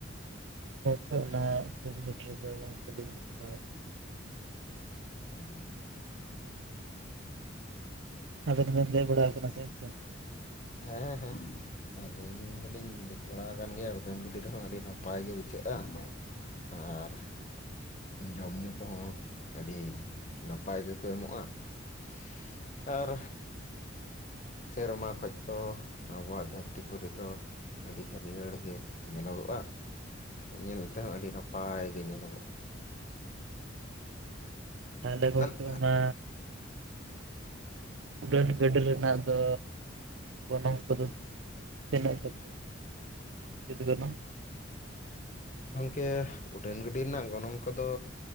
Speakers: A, on the right; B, on the left.
A: ᱜᱚᱢᱠᱮ ᱚᱱᱟ ᱩᱰᱟᱹᱱ ᱜᱟᱹᱰᱤ ᱨᱮᱫᱚ ᱵᱟᱝ ᱵᱟᱹᱞᱤᱧ ᱫᱮᱡ ᱵᱟᱲᱟ ᱠᱟᱱᱟ᱾
B: ᱚᱸ᱾
A: ᱟᱵᱤᱱ ᱫᱚᱵᱤᱱ ᱫᱮᱡ ᱵᱟᱲᱟ ᱠᱟᱱᱟ ᱥᱮ ᱵᱟᱝ?
B: ᱦᱮᱸ ᱦᱮᱸ ᱟᱞᱤᱧ ᱫᱚᱞᱤᱧ ᱫᱮᱡ ᱵᱟᱲᱟ ᱠᱟᱱ ᱜᱮᱭᱟᱭ ᱩᱴᱷᱟᱱ ᱜᱟᱹᱰᱤ ᱨᱮᱦᱚᱸ ᱟᱹᱰᱤ ᱱᱟᱯᱟᱭ ᱜᱮ ᱵᱩᱡᱷᱟᱹᱜᱼᱟ, ᱟᱨ ᱡᱚᱢ ᱧᱩ ᱠᱚᱦᱚᱸ ᱟᱹᱰᱤ ᱱᱟᱯᱟᱭ ᱜᱮᱠᱚ ᱮᱢᱚᱜᱼᱟ ᱾ ᱟᱨ ᱥᱮᱨᱢᱟ ᱠᱷᱚᱡ ᱫᱚ, ᱟᱵᱚᱣᱟᱜ ᱫᱷᱟᱹᱨᱛᱤ ᱯᱩᱨᱤ ᱫᱚ ᱟᱹᱰᱤ ᱦᱟᱹᱨᱭᱟᱹᱲ ᱜᱮ ᱧᱮᱞᱚᱜᱚᱜᱼᱟ ᱾ ᱧᱮᱞ ᱛᱮᱦᱚᱸ, ᱟᱹᱰᱤ ᱱᱟᱯᱟᱭ ᱜᱮ ᱧᱮᱞᱚᱜᱚᱜᱼᱟ ᱾
A: ᱟᱞᱮ ᱜᱮᱛᱚ
B: ᱛᱟᱦᱚᱞᱮ
A: ᱚᱱᱟ ᱩᱰᱟᱹᱱ ᱜᱟᱹᱰᱤ ᱨᱮᱱᱟᱜ ᱫᱚ, ᱜᱚᱱᱚᱝ ᱠᱚᱫᱚ ᱛᱤᱱᱟᱹᱜ ᱠᱟᱛᱮ? ᱪᱮᱫ ᱪᱤᱠᱟᱹᱭ ᱱᱟᱢ,
B: ᱜᱚᱝᱠᱮ ᱩᱰᱟᱹᱱ ᱜᱟᱹᱰᱤ ᱨᱮᱱᱟᱜ ᱜᱚᱱᱚᱝ ᱠᱚᱫᱚ,